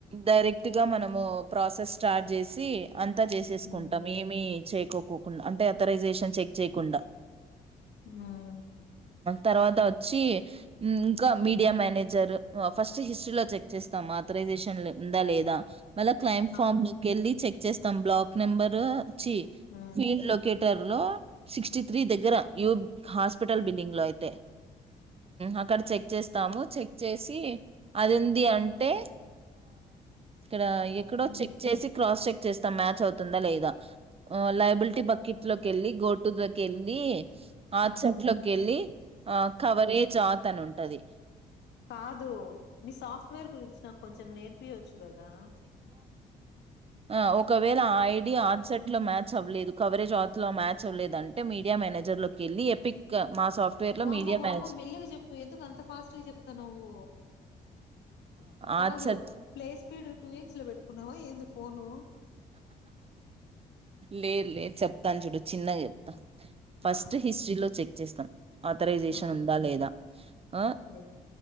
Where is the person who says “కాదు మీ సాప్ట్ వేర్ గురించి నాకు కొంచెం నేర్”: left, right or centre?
Left